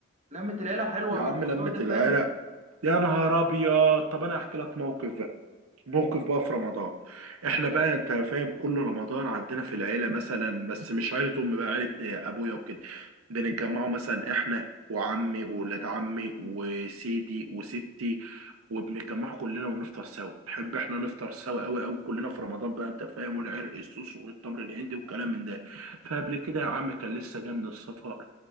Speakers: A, on the right; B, on the right.
A: لمة العيلة حلوة
B: يا
A: بالموضوع
B: عم لمة
A: ده
B: العرق
A: فاهم
B: يا نهار ابيض طب انا هحكي لك موقف بقى موقف بقى في رمضان احنا بقى انت فاهم كل رمضان عندنا في العيله مثلا بس مش عيله امي بقى عيله آه، ابويا وكده بنتجمعوا مثلا احنا وعمي وولاد عمي وسيدي وستي وبنتجمع كلنا ونفطر سوا نحب احنا نفطر سوا قوي قوي كلنا في رمضان بقى انت فاهم والعرق السوس والتمر الهندي والكلام من ده فقبل كده يا عم كان لسه جاي من السفر